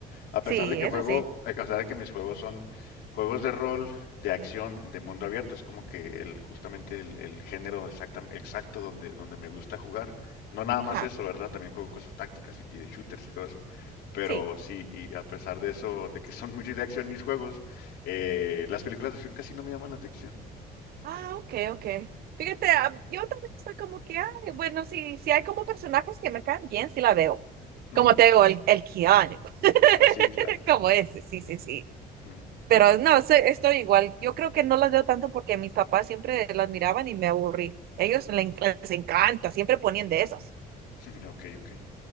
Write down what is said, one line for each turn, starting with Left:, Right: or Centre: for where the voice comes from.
Left: A pesar
Right: Sí,
Left: de que
Right: eso
Left: juego,
Right: sí.
Left: a pesar de que mis juegos son juegos de rol, de acción, de mundo abierto, es como que el, justamente el, el género exacta- exacto donde, donde me gusta jugar. No nada más
Right: Ajá,
Left: eso, ¿verdad? También juego cosas tácticas y, y de shooters y todo eso. Pero
Right: sí.
Left: sí, y a pesar de eso, de que son <laughs> muchos de acción mis juegos, eh, las películas de acción casi no me llaman la atención.
Right: Ah, ok, ok. Fíjate, ah, yo también estoy como que, ay, bueno, sí, sí hay como personajes que me caen bien, sí la veo.
Left: Ujú.
Right: Como te digo, el, el Keanu,
Left: Ah, sí, claro.
Right: <laughs> como ese, sí, sí, sí.
Left: Ujú,
Right: Pero no, se- estoy igual. Yo creo que no las veo tanto porque mis papás siempre las miraban y me aburrí. Ellos
Left: ujú.
Right: le en- les encanta, siempre ponían de esas.
Left: <laughs> Ok, ok.